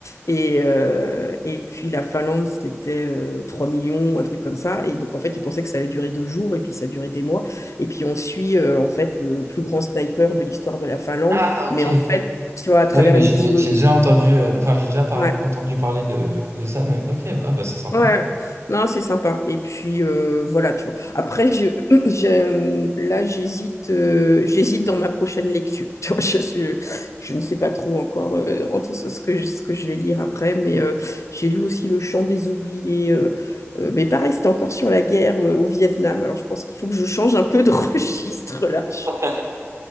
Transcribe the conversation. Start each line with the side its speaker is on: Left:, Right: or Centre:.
Left: et, euh, et puis la Finlande, c'était euh, 3 millions, un truc comme ça. Et donc, en fait, ils pensaient que ça allait durer deux jours, et puis ça a duré des mois. Et puis, on suit, euh, en fait, le plus grand sniper de l'histoire de la Finlande.
Right: Ah, ok.
Left: Mais en fait, tu vois, à travers
Right: Ah oui, mais
Left: une
Right: j'ai
Left: vision...
Right: j'ai déjà entendu, euh, enfin, j'ai déjà parlé-
Left: Ouais.
Right: entendu parler de, de ça, mais ok, bah, bah c'est sympa.
Left: Ouais, ouais. non, c'est sympa. Et puis euh, voilà, tu vois. Après, je, <clears throat> je- euh, là, j'hésite, euh, j'hésite dans ma prochaine lecture. <laughs> Tu vois, je, je- je ne sais pas trop encore euh, entre ce ce que je, ce que je vais lire après, mais euh, j'ai lu aussi Le Chant des oubliés. euh, euh, mais pareil, c'était encore sur la guerre euh, au Vietnam. Alors, je pense qu'il faut que je change un peu de <laughs> registre là.
Right: Ok.